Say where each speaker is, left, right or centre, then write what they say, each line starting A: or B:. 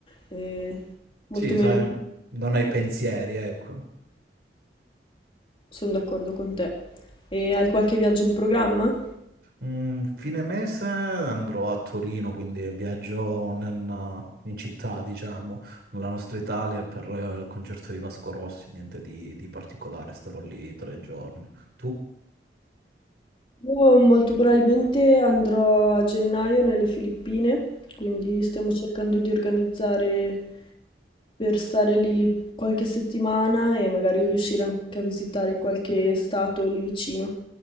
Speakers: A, on the left; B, on the right.
A: e molto
B: Sì, sai,
A: meno imp-
B: non hai pensieri, ecco.
A: Sono d'accordo con te. E hai qualche viaggio in programma?
B: Mm, fine mese andrò a Torino, quindi viaggio in, in città, diciamo, nella nostra Italia per eh, il concerto di Vasco Rossi, niente di, di particolare, starò lì tre giorni. Tu?
A: Io molto probabilmente andrò a gennaio nelle Filippine, quindi stiamo cercando di organizzare per stare lì qualche settimana e magari riuscire anche a visitare qualche stato lì vicino.